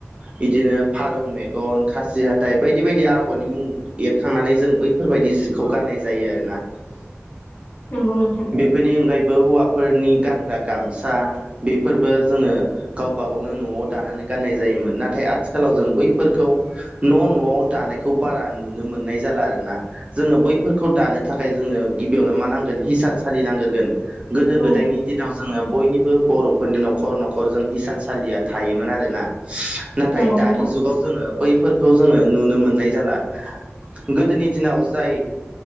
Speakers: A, on the right; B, on the left.
A: बिदिनो फारौ मेगन खासि हाथाइ बायदि बायदि आगरनि मुं एरखांनानै जों बैफोरबायदि जिखौ गान्नाय जायो आरो ना
B: नंगौ नोंथां
A: बेनि अनगायैबो हौवाफोरनि गानग्रा गामसा बेफोरबो जोङो गावब गावनो न'आव दानानै गाननाय जायोमोन नाथाय आथिखालाव जों बैफोरखौ न' न'आव दानायखौ बारा नुनो मोननाय जाला आरो ना जोङो बैफोरखौ दानो थाखाय जोंनो गिबियावनो मा नांगोन हिसानसालि नांग्रोगोन गोदो
B: औ
A: गोदायनि दिनाव जोङो बयनिबो बर'फोरनि न'खर न'खर जों हिसानसालिया थायोमोन आरोना नाथाय
B: नंगौ
A: दानि
B: नोंथां
A: जुगाव जोङो बैफोरखौ जोङो नुनो मोननाय जाला गोदोनि दिनाव जाय